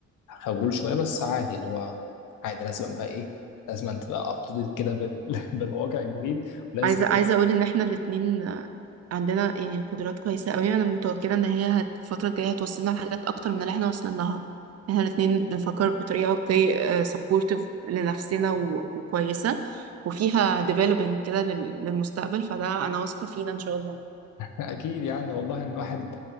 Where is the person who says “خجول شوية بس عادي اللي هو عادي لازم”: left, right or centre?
Left